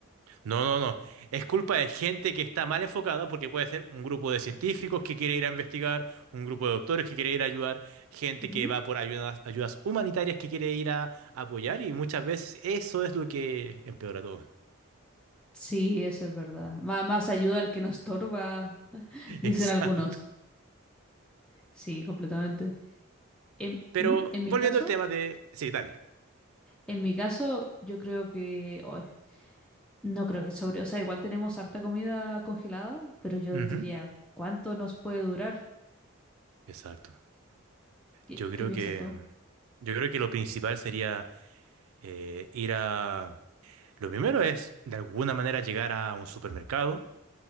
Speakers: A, on the right; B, in the centre.
A: No, no, no. Es culpa de gente que está mal enfocada porque puede ser un grupo de científicos que quiere ir a investigar, un grupo de doctores que quiere ir a ayudar, gente
B: Ujú.
A: que va por ayudas, ayudas humanitarias que quiere ir a apoyar y muchas veces eso es lo que empeora todo.
B: Sí, eso es verdad. Ma- más ayuda al que nos estorba, <laughs>
A: <laughs>
B: dicen
A: Exacto.
B: algunos. Sí, completamente. En,
A: Pero
B: ¿Mm? en mi
A: volviendo
B: caso,
A: al tema de... Sí, dale.
B: en mi caso, yo creo que ay, no creo que sobre, o sea, igual tenemos harta comida congelada, pero yo
A: Ujú.
B: diría, ¿cuánto nos puede durar?
A: Exacto.
B: ¿Qué,
A: Yo creo
B: qué piensas
A: que,
B: tú?
A: yo creo que lo principal sería eh, ir a... Lo primero es, de alguna manera, llegar a un supermercado